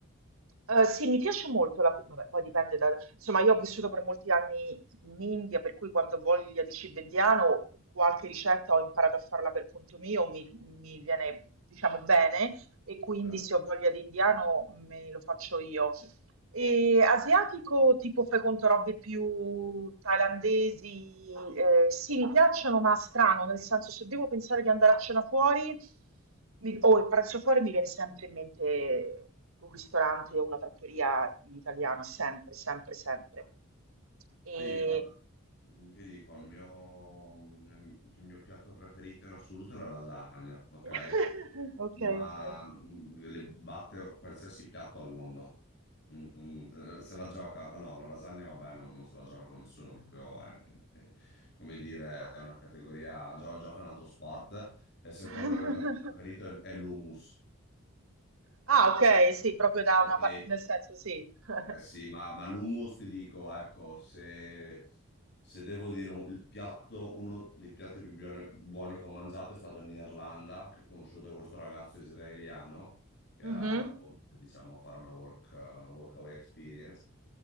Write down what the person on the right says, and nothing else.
Eh, sì, mi piace molto la, vabbè, poi dipende da, Insomma, io ho vissuto per molti anni in India, per cui quando ho voglia di cibo indiano, qualche ricetta ho imparato a farla per conto mio, mi, mi viene, diciamo, bene, e quindi
se ho voglia di indiano me lo faccio io. E asiatico, tipo fai conto robe più thailandesi, eh, sì, mi piacciono, ma strano, nel senso se devo pensare di andare a cena fuori mi- o il pranzo fuori mi viene sempre in mente un ristorante o una trattoria italiana, sempre, sempre, sempre. E...
<laughs> Ok,
ok.
<laughs>
Ah, ok, sì, proprio da una
parte, nel senso sì. <laughs>
Mhm.